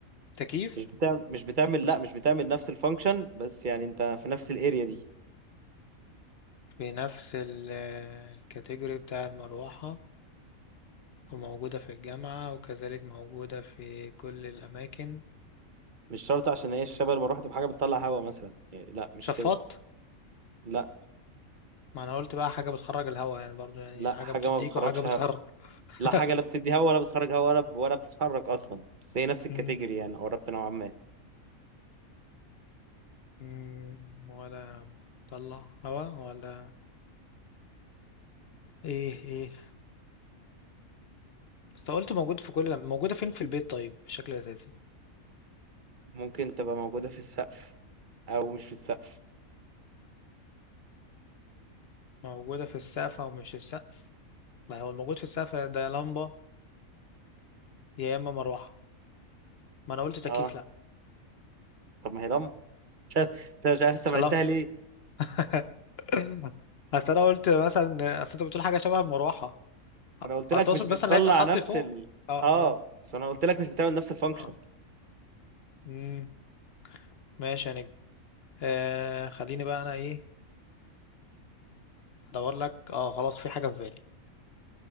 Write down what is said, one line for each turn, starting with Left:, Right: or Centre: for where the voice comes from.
Left: تكييف
Right: مش بتعمل مش بتعمل لا مش بتعمل نفس الفانكشن بس يعني انت في نفس الاريا دي
Left: في نفس ال- الكاتيجوري بتاع المروحة وموجودة في الجامعة وكذلك موجودة في كل الأماكن
Right: مش شرط عشان هي الشبه المروحة تبقى حاجة بتطلع هوا مثلا يعني لا مش
Left: شفاط
Right: كده لا
Left: ما أنا قلت بقى حاجة بتخرج الهواء يعني برضو يعني
Right: لا
Left: حاجة
Right: حاجة
Left: بتديك
Right: ما بتخرجش
Left: وحاجة بتخرج
Right: هوا. لا
Left: <laughs>
Right: حاجة لا بتدي هوا ولا بتخرج هوا ولا ولا بتتحرك أصلا بس هي نفس الكاتيجوري
Left: مم.
Right: يعني قربت نوعا ما
Left: مم. ولا طلع هواء ولا ايه ايه بس قلت موجود في كل موجودة فين في البيت طيب بشكل أساسي
Right: ممكن تبقى موجودة في السقف أو مش في السقف
Left: موجودة في السقف أو مش السقف ما هو الموجود في السقف ده يا لمبة يا إما مروحة ما أنا قلت تكييف
Right: اه
Left: لأ
Right: طب ما هي لمبة <laughs> مش عارف مش عارف استبعدتها
Left: طلع
Right: ليه
Left: <laughs> <laughs> اصل انا قلت مثلا اصل انت بتقول حاجه شبه المروحه
Right: انا قلت
Left: او
Right: لك
Left: تقصد
Right: مش بتطلع
Left: مثلا اللي هي بتتحط
Right: نفس
Left: فوق
Right: ال
Left: اه اه
Right: اه بس انا قلت لك مش بتعمل نفس الفانكشن
Left: اه امم ماشي يا نجم آه خليني بقى انا ايه ادور لك اه خلاص في حاجه في بالي